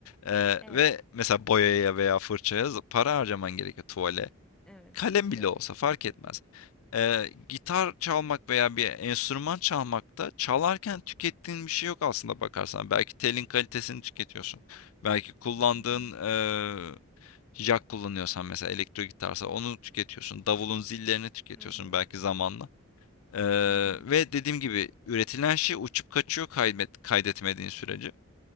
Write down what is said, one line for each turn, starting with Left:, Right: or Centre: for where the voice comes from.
Left: Ee,
Centre: Evet.
Left: ve mesela boyaya veya fırçaya z- para harcaman gerekiyor. Tuvale
Centre: Evet.
Left: kalem bile
Centre: Evet
Left: olsa fark
Centre: kesinlikle.
Left: etmez. Ee, gitar çalmak veya bir enstrüman çalmakta çalarken tükettiğin bir şey yok aslında bakarsan. Belki telin kalitesini tüketiyorsun. Belki kullandığın
Centre: Hı hı.
Left: eee jack kullanıyorsan mesela elektro gitarsa onu tüketiyorsun. Davulun zillerini tüketiyorsun
Centre: Hı hı.
Left: belki zamanla. Ee,
Centre: Hı hı.
Left: ve dediğim gibi üretilen şey uçup kaçıyor kaydet, kaydetmediğin sürece.